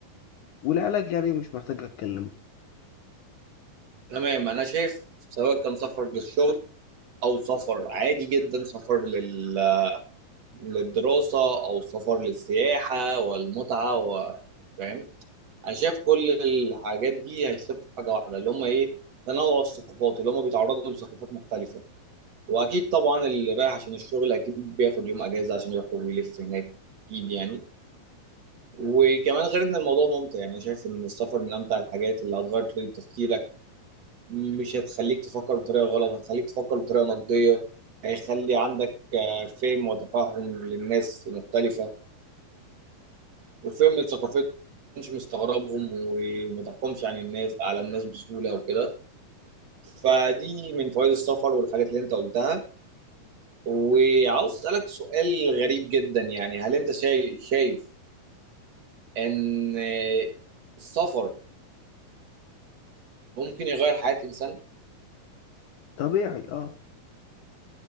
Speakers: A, on the left (about 70°); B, on the right (about 50°).
A: والعلاج يعني مش محتاج اتكلم
B: تمام أنا شايف سواء كان سفر للشغل أو سفر عادي جدا سفر لل للدراسة أو سفر للسياحة والمتعة و... فاهم؟ أنا شايف كل الحاجات دي هيشتغلوا في حاجة واحدة اللي هم إيه تنوع الثقافات اللي هم بيتعرضوا لثقافات مختلفة وأكيد طبعا اللي رايح عشان الشغل أكيد بياخد يوم أجازة عشان يخرج ويلف هناك أكيد يعني وكمان غير إن الموضوع ممتع يعني أنا شايف إن السفر من أمتع الحاجات اللي هتغير طريقة تفكيرك مش هتخليك تفكر بطريقة غلط هتخليك تفكر بطريقة نقدية هيخلي عندك آه، فهم وتفهم للناس المختلفة وفهم ثقافتهم ما تكونش مستغربهم وما تحكمش عن الناس على الناس بسهولة وكده فدي من فوائد السفر والحاجات اللي انت قلتها وعاوز اسألك سؤال غريب جدا يعني هل انت شايف شايف ان السفر ممكن يغير حياة انسان
A: طبيعي اه